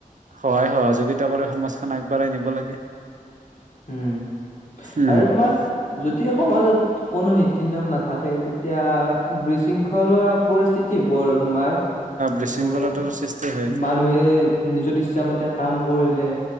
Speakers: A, on the right (about 60°); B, on the left (about 55°).
A: সহায় সহযোগিতা কৰি সমাজখন আগবঢ়াই নিব লাগে।
B: উম
A: উম
B: আৰু তোমাৰ যদি সমাজত কোনো নীতি নিয়ম নাথাকে তেতিয়া বিশৃংখলা পৰিস্থিতি হোৱাৰ তোমাৰ
A: বিশৃংখলতাৰ
B: অ'
A: সৃষ্টি হয়
B: মানুহে নিজৰ ইচ্ছা মতে কাম কৰিলে